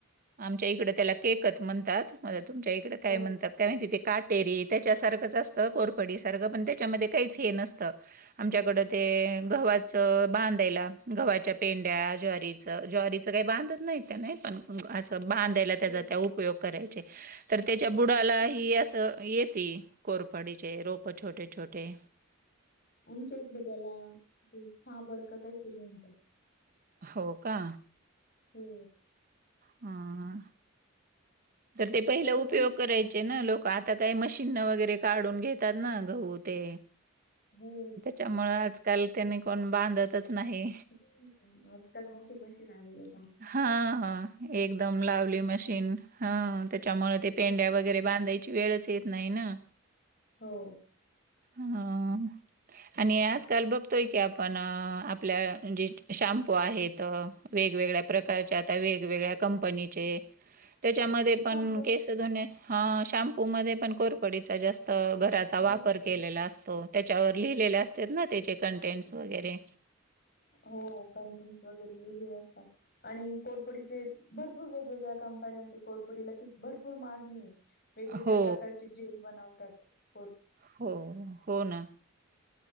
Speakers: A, on the right; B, on the left.
A: आमच्या इकड त्याला, केकत म्हणतात. तुमच्या इकडे
B: हो
A: काय म्हणतात, काय माहिती. ते का टेरी त्याच्यासारखंच असतं. कोरपडीसारखं पण त्याच्यामध्ये काहीच हे नसतं. आमच्याकडं ते, गव्हाचं बांध यला. गव्हाच्या पेंड्या, ज्वारीचं, ज्वारीच काही बांधत नाही त्या नाही पण असं बांधायला
B: हो
A: त्याचा
B: हो
A: त्या उपयोग करायचे. तर त्याच्या बुडाला
B: हो ना.
A: ही असं येती. कोरपाडीचे रोप, छोटे- छोटे.
B: आमच्या इकडे त्याला, ते साबर का काहीतरी म्हणतात.
A: हो, का.
B: हो.
A: ह. तर ते, पहिलं
B: त्याचा
A: उपयोग
B: पण
A: करायचे ना लोकं. आ आता काय मशीनन वगैरे काढून घेतात ना. गहू ते
B: हो
A: त्यामुळे, आजकाल त्यानी कोण बांधतच नाही.
B: हम्म, आजकाल मोठी मशीन आलीय
A: हा, हा एकदम लावली मशीन. हा. त्याच्यामुळे, ते पेंड्या
B: हो.
A: वगैरे बांधायची वेळच येत नाही ना.
B: हो.
A: हां. आणि आजकाल बघतोय की आपण आपल्या जे शॅम्पू आहेत. वेगवेगळ्या प्रकारचे आता वेगवेगळ्या कंपनीचे त्याच्यामध्ये पण
B: शंभर
A: तसा हां शाम्पू मध्ये पण कोरपडीचा जास्त गराचा
B: हो.
A: वापर केलेला असतो. त्याच्यावर लिहिलेले असत्यात ना त्याचे कंटेंटस वगैरे.
B: हो कंटेंट्स वगैरे लिहिलेले असतात. आणि कोरपडीचे भरपूर वेगवेगळ्या कंपन्या ते कोरपडीला कि भरपूर मागणी वेगवेगळ्या
A: हो
B: प्रकारचे जेल बनवतात खुप
A: हो. हो ना.